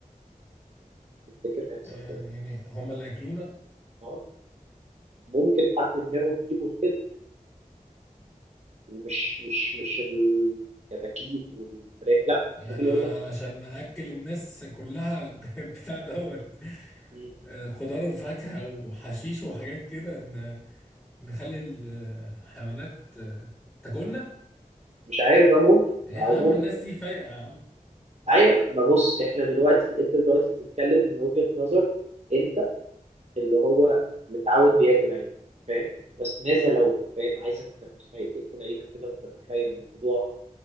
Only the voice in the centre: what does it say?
يعني
يعني هما اللي ياكلونا
يعني
أنا
عشان اكل الناس كلها <laughs> ب- بتاع دوت
آه، خضار وفاكهه وحشيش وحاجات كده ان نخلي الحيوانات آه، تاكلنا
إيه يا
عم
الناس دي فايقه يا عم